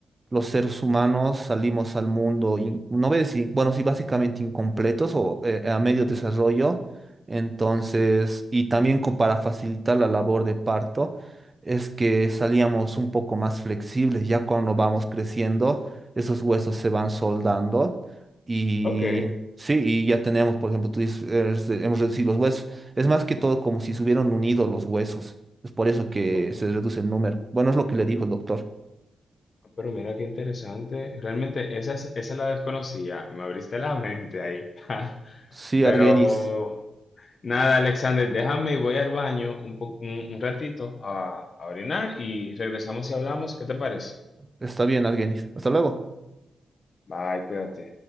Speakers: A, on the right (about 20°); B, on the left (about 40°).
A: los seres humanos salimos al mundo, in- no ves si, bueno, sí, básicamente incompletos o eh, a medio desarrollo, entonces, y también co- para facilitar la labor de parto, es que salíamos un poco más flexibles, ya cuando vamos creciendo, esos huesos se van soldando y...
B: Ok,
A: Sí, y ya tenemos, por ejemplo, tú dices, eh, este, hemos reducido los huesos. Es más que todo como si se hubieran unido los huesos. Es por eso que
B: ok.
A: se reduce el número. Bueno, es lo que le dijo el doctor.
B: Pero mira qué interesante. Realmente esa, es- esa la desconocía. Me abriste la mente ahí. <laughs>
A: Sí,
B: Pero
A: Argenis.
B: Nada, Alexander, déjame y voy al baño un, po- un, un ratito a, a orinar y regresamos y hablamos. ¿Qué te parece?
A: Está bien, Argenis. Hasta luego.
B: Bye, cuídate.